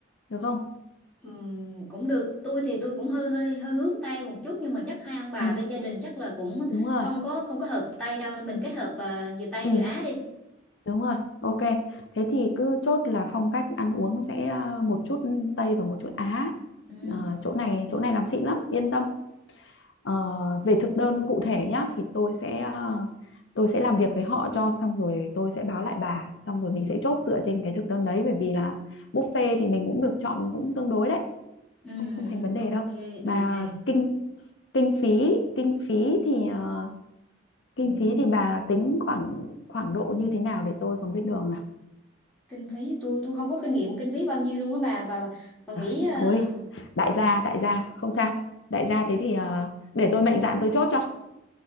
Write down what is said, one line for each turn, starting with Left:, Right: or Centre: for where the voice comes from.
Left: được không
Centre: Ừm, cũng được. Tôi thì tôi cũng hơi hơi hơi hướng Tây một chút nhưng mà chắc hai ông bà
Left: ừ
Centre: bên gia đình chắc là cũng
Left: đúng rồi
Centre: không có không có hợp Tây đâu nên mình kết hợp ờ, vừa Tây
Left: ừ
Centre: vừa Á đi.
Left: đúng rồi ok thế thì cứ chốt là phong cách ăn uống sẽ ờ, một chút Tây và một chút Á
Centre: Ừm,
Left: Ờ, chỗ này chỗ này làm xịn lắm yên tâm Ờ, về thực đơn cụ thể nhá thì tôi sẽ ờ, tôi sẽ làm việc với họ cho xong rồi tôi sẽ báo lại bà xong rồi mình sẽ chốt dựa trên cái thực đơn đấy bởi vì là buffet thì mình cũng được chọn cũng tương đối đấy
Centre: ừm,
Left: không không thành vấn đề
Centre: ok,
Left: đâu
Centre: được
Left: mà
Centre: nè.
Left: kinh kinh phí kinh phí thì ờ, kinh
Centre: Ừm.
Left: phí thì bà tính khoảng khoảng độ như thế nào để tôi còn biết đường nào
Centre: kinh phí tôi tôi không có kinh nghiệm kinh phí bao nhiêu luôn á bà bà bà bà nghĩ
Left: Ờ, <laughs>
Centre: ờ,
Left: thôi đại gia đại gia không sao đại gia thế thì ờ, để tôi mạnh dạn tôi chốt cho